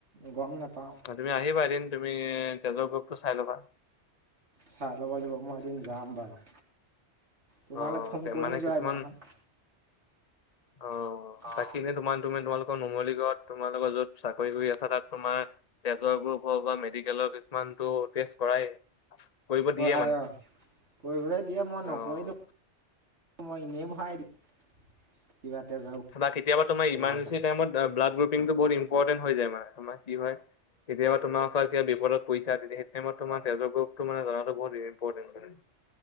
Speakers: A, on the right; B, on the left.
A: গম নাপাওঁ।
B: তুমি আহিবা এদিন তুমি তেজৰ গ্ৰপটো চাই ল'বা।
A: চাই ল'ব লাগিব মই এদিন যাম বাৰু, তোমালৈ
B: অ
A: ফোন কৰিম
B: মানে
A: যোৱা
B: কিছুমান
A: দিনাখন।
B: অ
A: অঁ
B: বাকী এনে তোমাৰ তুমি তোমালোক ক নুমলীগড়ত তোমাৰ লগত য'ত চাকৰি কৰি আছা তাত তোমাৰ তেজৰ গ্ৰুপ হওক বা মেডিকেলৰ কিছুমানটো টেষ্ট কৰায় কৰিব
A: কৰাই
B: দিয়ে মানে।
A: অঁ কৰিবলৈ দিয়ে মই নকৰিলোঁ,
B: অ'।
A: মই এনেই ভৰাই দিও। কিবা তেজৰ
B: বা কেতিয়াবা তোমাৰ ইমাৰজেঞ্চি
A: গ্ৰুপ এটা
B: টাইমত ব্লাড গ্ৰুপিংটো বহু ইম্পৰ্টেণ্ট হৈ যায় মানে, তোমাৰ কি হয় কেতিয়াবা তোমালোকৰ কিবা বিপদত পৰিছা তেতিয়া সেইটো টাইমত তোমাৰ তেজৰ গ্ৰপটো মানে জনাটো বহুত ইম্পৰ্টেণ্ট। <unintelligible>